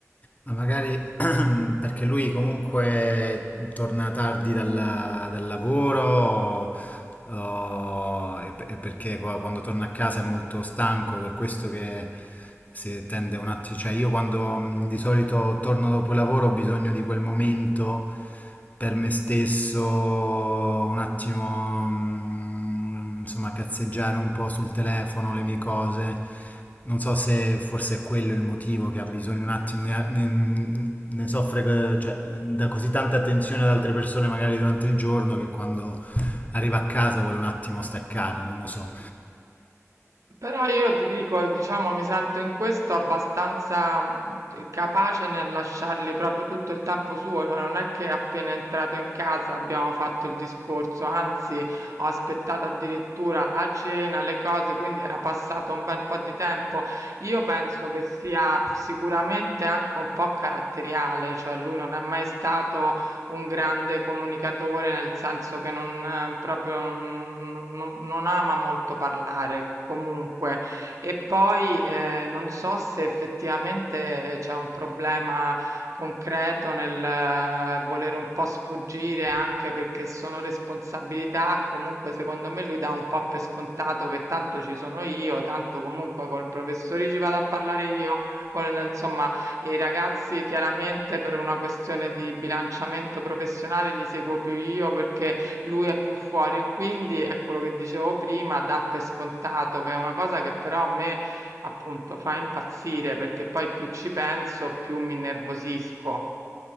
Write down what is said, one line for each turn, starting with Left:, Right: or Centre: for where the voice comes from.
Left: ma magari <clears throat> perché lui comunque torna tardi dal, dal lavoro o- o- e pe- e perché qua- quando torna a casa è molto stanco, per questo che si tende un attimo, cioè io quando mh, di solito torno dopo il lavoro ho bisogno di quel momento per me stesso, un attimo, mm, insomma, cazzeggiare un po' sul telefono, le mie cose. Non so se forse è quello il motivo che ha bisogno un attimo, ne, ne- ne soffre, eh, cioè, da così tanta attenzione ad altre persone magari durante il giorno che quando arriva a casa vuole un attimo staccare, non lo so.
Right: Però io ti dico, diciamo, mi sento in questo abbastanza mh, capace nel lasciargli proprio tutto il tempo suo, cioè non è che appena entrato in casa abbiamo fatto il discorso, anzi ho aspettato addirittura la cena, le cose, quindi era passato un bel po' di tempo. Io penso che sia sicuramente anche un po' caratteriale, cioè lui non è mai stato un grande comunicatore, nel senso che non eh, proprio non, non- non ama molto parlare. Comunque, e poi eh, non so se effettivamente c'è un problema concreto nel eh, volere un po' sfuggire anche perché sono responsabilità. Comunque, secondo me, lui dà un po' per scontato che tanto ci sono io, tanto comunque col professore ci vado a parlare io, con, insomma, e i ragazzi chiaramente per una questione di bilanciamento professionale li seguo più io perché lui è più fuori e quindi è quello che dicevo prima, dà per scontato, che è una cosa che però a me appunto fa impazzire perché poi più ci penso, più mi innervosisco.